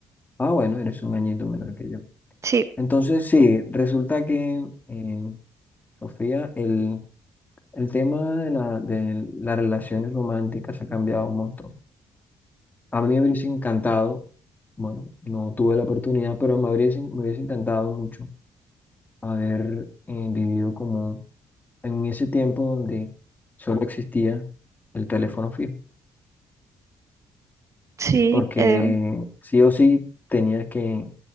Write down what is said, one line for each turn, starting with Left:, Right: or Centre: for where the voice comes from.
Left: Ah, bueno, eres un añito menor que yo.
Right: Sí,
Left: Entonces, sí, resulta que, eh, Sofía, el, el tema de, la, de las relaciones románticas ha cambiado un montón. A mí me hubiese encantado, bueno, no tuve la oportunidad, pero me hubiese, me hubiese encantado mucho haber eh, vivido como en ese tiempo donde solo existía el teléfono fijo.
Right: sí,
Left: porque
Right: em,
Left: sí o sí tenía que,